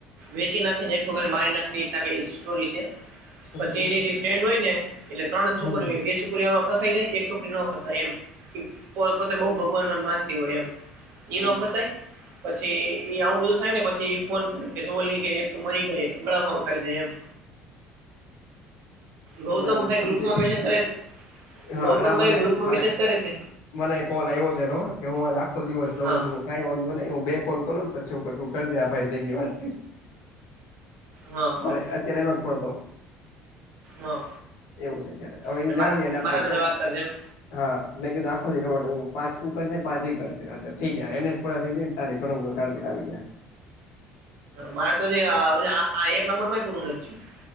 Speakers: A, on the right (about 70°); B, on the left (about 75°).
A: વેચી નાખીને એક છોકરી મારી નાખી એવી રીતના એક સ્ટોરી છે.
B: સમજી
A: પછી
B: ગયો
A: એની જે ફ્રેન્ડ હોય ને એટલે ત્રણ
B: હમ
A: છોકરીઓ હોય. બે છોક છોકરી એમા ફસાઈ જાય. એક છોકરી ન ફસાય એમ, પોતે બહ ભગવાન માનતી હોય એમ.
B: સમજી
A: ઈ ન ફસાય,
B: ગયો
A: પછી એ આવું બધું થાય ને પછી ફોન કરે ઓલી કે એક તો મરી ગઈ, હમણાં ગળફા ખાઈ જાય એમ.
B: ના
A: ગૌતમભાઈ
B: બરાબર સમજાય
A: ગ્રુપમાં
B: ગયું.
A: મેસેજ કરે
B: હા,
A: ગૌતમભાઈ
B: ના મને
A: ગ્રુપમાં
B: મને.
A: મેસેજ કરે છે
B: મને કોલ આવ્યો હતો એનો કે, હું આજ આખો દિવસ નવરો
A: હા
B: જ છું. કઈ વાંધો નહી હું બે કોલ કરું ને પછી બધું કરજે આ ભાઈ બેનની વાત.
A: હા હા
B: ભલે, અત્યારે એનો જ ફોન હતો.
A: હા
B: એવું છે ત્યારે, હવે
A: એટલે
B: એ જવા દઇએ ને આપણે.
A: મારા જોડે વાત કરજે એમ
B: હા મેં કીધું આખો દિ પાંચ તું કરજે પાંચ ઈ કરશે એટલે થઈ જાય એને પૂરા થઈ જાય ને. ત્યારે ઘણો બધો ટાર્ગેટ આવી જાય.
A: મારે તો આ એક નંબરમાં પૂરું નથી થયું.